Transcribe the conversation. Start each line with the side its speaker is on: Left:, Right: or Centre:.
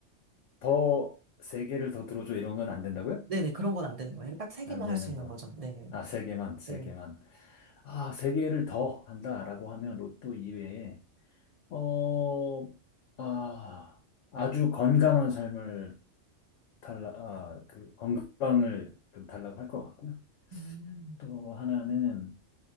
Left: 더 세 개를 더 들어줘 이런 건 안 된다고요?
Right: 네네, 그런 건 안 되는 거예요. 딱 세 개만
Left: 안 되는
Right: 할 수 있는
Left: 거.
Right: 거죠. 네네.
Left: 아, 세 개만, 세
Right: 네.
Left: 개만. 아, 세 개를 더 한다라고 하면 로또 이외에 어, 아, 아주 건강한 삶을 달라, 아, 그 건강을 좀 달라고 할 것 같고요.
Right: 음.
Left: 또 하나는,